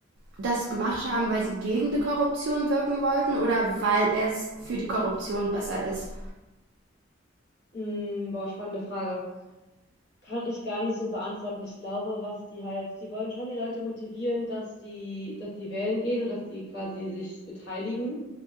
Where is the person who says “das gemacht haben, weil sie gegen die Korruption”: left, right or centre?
Right